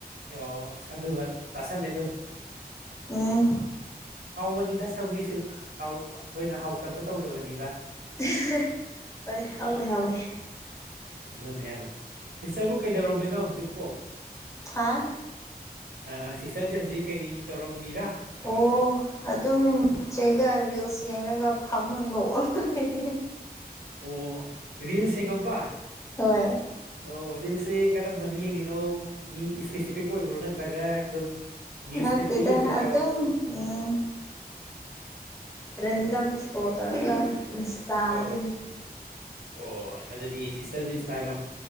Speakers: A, on the right; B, on the left.
A: ꯌꯣ ꯑꯁ ꯑꯗꯨꯒ ꯇꯥꯁꯂꯦ ꯑꯗꯨꯝ
B: ꯎꯝ
A: ꯍꯥꯎꯕꯅꯤꯗ ꯁꯧꯒ꯭ꯔꯤꯁꯨ ꯊꯣꯏꯅ ꯍꯥꯎꯇꯕ ꯇꯧꯗꯕꯅꯤꯗ
B: ꯑꯍꯦ ꯍꯣꯏ ꯍꯥꯎꯋꯦ ꯍꯥꯎꯋꯦ
A: ꯑꯗꯨꯅꯦꯕ ꯁꯤꯁꯇꯔꯕꯨ ꯀꯩꯗꯧꯔꯝꯕꯣꯏꯅꯣ ꯍꯧꯖꯤꯛꯄꯣ
B: ꯍꯥ
A: ꯑ ꯁꯤꯁꯇꯔꯖꯦ ꯍꯧꯖꯤꯛ ꯀꯔꯤ ꯇꯧꯔꯝꯃꯤꯔꯥ ꯍꯥꯏꯕ
B: ꯑꯣ ꯑꯗꯨꯝ ꯆꯩꯒ ꯔꯤꯜꯁ ꯌꯦꯡꯔꯒ ꯐꯝꯃ ꯅꯣꯛꯑꯒ ꯂꯩ
A: ꯑꯣ ꯔꯤꯜꯁ ꯌꯦꯡꯉꯝꯕ
B: ꯍꯣꯏ
A: ꯑꯣ ꯔꯤꯜꯁꯦ ꯀꯔꯝꯕꯅ ꯌꯦꯡꯉꯤꯅꯣ ꯃꯤ ꯏꯁꯄꯦꯁꯤꯐꯤꯛ ꯑꯣꯏꯕ꯭ꯔꯣ ꯅꯠꯇ꯭ꯔꯒ ꯑꯗꯨꯝ ꯅ꯭ꯌꯨꯁ
B: ꯅꯠꯇꯦꯗ
A: ꯐꯤꯠꯇ ꯌꯦꯡꯕꯗ꯭ꯔꯣ
B: ꯑꯗꯨꯝ ꯑꯝ ꯔꯦꯟꯗꯝꯁ ꯀꯣꯜ ꯇꯧꯔꯒ ꯏꯟꯁꯇꯥꯗꯒꯤ
A: <unintelligible> ꯑꯣ ꯑꯗꯨꯗꯤ ꯁꯤꯁꯇꯔꯁꯨ ꯏꯟꯁꯇꯥꯒ꯭ꯔꯥꯝ